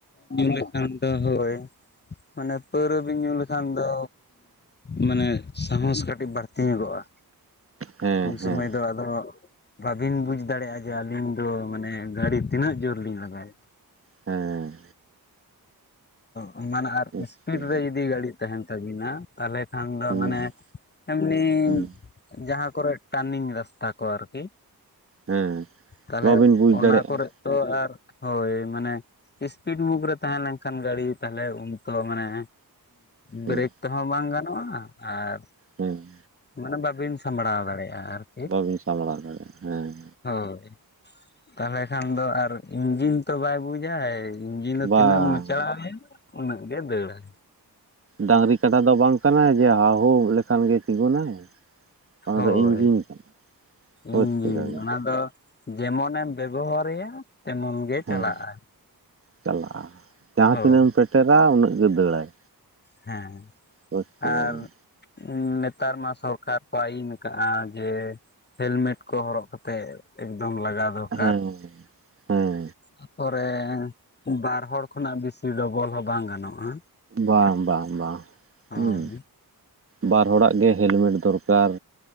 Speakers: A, on the left; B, on the right.
A: ᱧᱩ ᱞᱮᱠᱷᱟᱱ ᱫᱚ ᱦᱳᱭ ᱢᱟᱱᱮ ᱯᱟᱹᱨᱣᱟᱹ ᱵᱤᱱ ᱧᱩ ᱞᱮᱠᱷᱟᱱ ᱫᱚ ᱢᱟᱱᱮ ᱥᱟᱦᱚᱥ ᱠᱟᱹᱴᱤᱡ ᱵᱟᱹᱲᱛᱤ ᱧᱚᱜᱚᱜᱼᱟ
B: ᱦᱮᱸ
A: ᱩᱱ ᱥᱚᱢᱚᱭ
B: ᱦᱮᱸ
A: ᱫᱚ ᱟᱫᱚ ᱵᱟᱹᱵᱤᱱ ᱵᱩᱡᱽ ᱫᱟᱲᱮᱭᱟᱜᱼᱟ ᱡᱮ ᱟᱹᱞᱤᱧ ᱫᱚ ᱢᱟᱱᱮ ᱜᱟᱹᱲᱤ ᱛᱤᱱᱟᱹᱜ ᱡᱳᱨ ᱞᱤᱧ ᱞᱟᱜᱟᱭᱮᱫ
B: ᱦᱮᱸ
A: ᱚ ᱢᱟᱱᱮ ᱟᱨ
B: ᱟᱪᱪᱷᱟ
A: ᱤᱥᱯᱤᱰ ᱨᱮ ᱡᱩᱫᱤ ᱜᱟᱹᱰᱤ ᱛᱟᱦᱮᱱ ᱛᱟᱵᱤᱱᱟ ᱛᱟᱦᱚᱞᱮ ᱠᱷᱟᱱ ᱫᱚ
B: ᱦᱩᱸ
A: ᱢᱟᱱᱮ ᱮᱢᱱᱤ
B: ᱦᱩᱸ
A: ᱡᱟᱦᱟᱸ ᱠᱚᱨᱮ ᱴᱟᱨᱱᱤᱝ ᱨᱟᱥᱛᱟ ᱠᱚ ᱟᱨᱠᱤ
B: ᱦᱮᱸ
A: ᱛᱟᱦᱚᱞᱮ
B: ᱵᱟᱵᱤᱱ ᱵᱩᱡᱽ
A: ᱚᱱᱟ
B: ᱫᱟᱲᱮᱭᱟᱜᱼᱟ
A: ᱠᱚᱨᱮ ᱛᱚ ᱟᱨ ᱦᱳᱭ ᱢᱟᱱᱮ ᱤᱥᱯᱤᱰ ᱢᱩᱠ ᱨᱮ ᱛᱟᱦᱮᱸ ᱱᱟᱹᱭ ᱠᱷᱟᱱ ᱜᱟᱹᱲᱤ ᱛᱟᱦᱚᱞᱮ ᱩᱱ ᱛᱚ ᱢᱟᱱᱮ ᱵᱨᱮᱠ
B: ᱦᱩᱸ
A: ᱛᱮᱦᱚᱸ ᱵᱟᱝ ᱜᱟᱱᱚᱜᱼᱟ ᱟᱨ
B: ᱦᱩᱸ
A: ᱢᱟᱱᱮ ᱵᱟᱵᱤᱱ ᱥᱟᱢᱵᱲᱟᱣ ᱫᱟᱲᱮᱭᱟᱜᱼᱟ ᱟᱨᱠᱤ
B: ᱵᱟᱹᱵᱤᱱ ᱥᱟᱢᱵᱲᱟᱣ ᱫᱟᱲᱮᱭᱟᱜᱼᱟ ᱦᱮᱸ
A: ᱦᱳᱭ ᱛᱟᱦᱚᱞᱮ ᱠᱷᱟᱱ ᱫᱚ ᱟᱨ ᱤᱧᱡᱤᱱ ᱛᱚ ᱵᱟᱭ ᱵᱩᱡᱽᱟᱭ ᱤᱧᱡᱤᱱ ᱫᱚ
B: ᱵᱟᱝ
A: ᱛᱤᱱᱟᱹᱜ ᱮᱢ ᱢᱟᱪᱟᱣᱼᱟ ᱩᱱᱟᱹᱜ ᱜᱮ ᱫᱟᱹᱲᱟᱭ
B: ᱰᱟᱸᱝᱨᱤ ᱠᱟᱰᱟ ᱫᱚ ᱵᱟᱝ ᱠᱟᱱᱟᱭ ᱡᱮ ᱦᱟ ᱦᱳ ᱞᱮᱠᱷᱟᱱ ᱜᱮ ᱛᱤᱸᱜᱩᱱᱟᱭ ᱚᱱᱟ
A: ᱦᱳᱭ
B: ᱫᱚ ᱤᱧᱡᱤᱱ ᱠᱟᱱᱟ ᱵᱩᱡᱽ
A: ᱤᱧᱡᱤᱱ
B: ᱠᱮᱫᱟ ᱵᱤᱱ
A: ᱚᱱᱟ ᱫᱚ ᱡᱮᱢᱚᱱᱮᱢ ᱵᱮᱵᱚᱦᱟᱨᱮᱭᱟ ᱛᱮᱢᱚᱱ ᱜᱮ ᱪᱟᱞᱟᱜᱼᱟᱭ
B: ᱦᱮᱸ ᱪᱟᱞᱟᱜᱼᱟ ᱡᱟᱦᱟᱸ
A: ᱦᱳᱭ
B: ᱛᱤᱱᱟᱹᱜ ᱮᱢ ᱯᱮᱴᱮᱨᱟ ᱩᱱᱟᱹᱜ ᱜᱮ ᱫᱟᱹᱲᱟᱭ
A: ᱦᱮᱸ
B: ᱵᱩᱡᱽ ᱠᱮᱫᱟ
A: ᱟᱨ
B: ᱵᱤᱱ
A: ᱩᱸ ᱱᱮᱛᱟᱨ ᱢᱟ ᱥᱚᱨᱠᱟᱨ ᱠᱚ ᱟᱭᱤᱱ ᱟᱠᱟᱜ-ᱟ ᱡᱮ ᱦᱮᱞᱢᱮᱴ ᱠᱚ ᱦᱚᱨᱚᱜ ᱠᱟᱛᱮ ᱮᱠᱫᱚᱢ ᱞᱟᱜᱟ ᱫᱚᱨᱠᱟᱨ
B: ᱦᱮᱸ ᱦᱮᱸ
A: ᱛᱟᱯᱚᱨᱮ ᱵᱟᱨ ᱦᱚᱲ ᱠᱷᱚᱱᱟᱜ ᱵᱤᱥᱤ ᱰᱚᱵᱚᱞ ᱦᱚᱸ ᱵᱟᱝ ᱜᱟᱱᱚᱜᱼᱟ
B: ᱵᱟᱝ ᱵᱟᱝ ᱵᱟᱝ
A: ᱦᱳᱭ
B: ᱦᱩᱸ ᱵᱟᱨ ᱦᱚᱲᱟᱜ ᱜᱮ ᱦᱮᱞᱢᱮᱴ ᱫᱚᱨᱠᱟᱨ